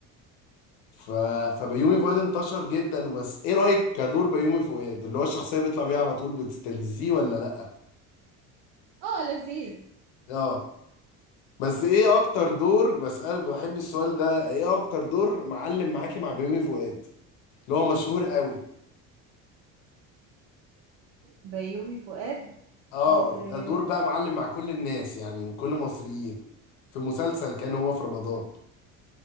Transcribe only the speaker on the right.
اه لذيذ
بيومي فؤاد
آه،